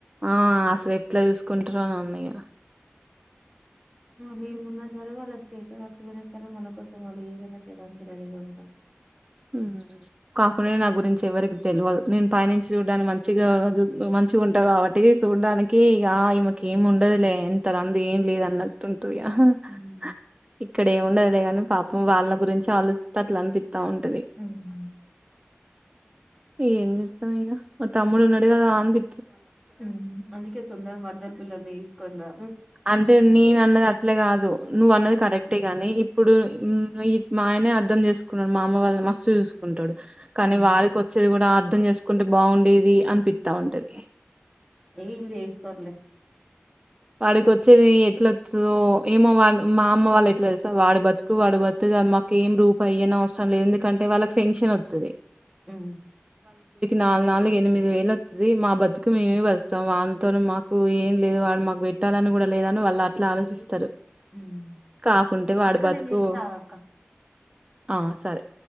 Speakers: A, on the right (about 25°); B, in the centre.
A: ఆ అసలు ఎట్లా చూసుకుంటారన్నాయా
B: అవి ఏం మొన్న సరే వాళ్లకు చేత కాకపోయినా సరే మన కోసం వాళ్ళు ఏదైనా చేయడానికి రెడీగా ఉంటాం
A: మ్ కాకుడా నా గురించి ఎవరికి తెల్వద్ నేను పైనుంచి చూడ్డానికి మంచిగా ఉ మంచిగా ఉంటా కాబట్టి చూడ్డానికి ఇగ ఈమెకి ఏమి ఉండదులే ఎంత రంధి ఎం లేదులే అన్నట్టుంటాధిగా హ హ
B: హ్మ్
A: ఇక్కడ ఏమి ఉండదులె కాని పాపం వాళ్ళ గురించి ఆలోచింతట్లు అనిపిస్తా ఉంటంది
B: మ్
A: ఏం చేస్తాం ఇగ మా తమ్ముడు ఉన్నాడు గదా అంది
B: ఉ అందుకే తొందర పడడు పిల్లను తీసుకుంరా
A: అంటే నేన్ అన్నది అట్ల కాదు నువ్వు అన్నది
B: హ్మ్
A: కరెక్టే గాని ఇప్పుడు
B: హ్మ్
A: మ్ ఇప్ మా ఆయనే అర్థం చేసుకున్నాడు మా అమ్మ వాళ్ళని మస్తు చూసుకుంటాడు కానీ
B: హ్మ్
A: వాళ్ళకి వచ్చేది కూడా అర్ధం చేసుకుంటే బాగుండేది అనిపిత్త ఉంటది
B: అవియిప్పుడు వేసుకోర్లే
A: వాడికి వచ్చేది ఎట్లొచాదో ఏమో వాడ్ మా అమ్మ వాళ్ళు ఎట్లా తెలుసా వాడు బతుకు వాడ్ బతుకూతే చాల్ మాకు ఏం రూపయీ ఇయ్యనవసరం లేదు ఎందుకంటె వాళ్ళకి పెన్షన్ వస్తది
B: మ్
A: నాలుగు నాలుగు ఎనిమిది వేలు వత్తది మా బతుకు మేమే బతుకుతాం వాన్ తోని మాకు ఏం లేదు వాడు మాక్ బెట్టాలని కూడా లేదని వాళ్ళు అట్లా ఆలోచిస్తారు
B: హ్మ్
A: కాకుంటే వాడి
B: అక్క
A: బతుకు
B: నేను చేస్తా ఆగు అక్క
A: అ సరే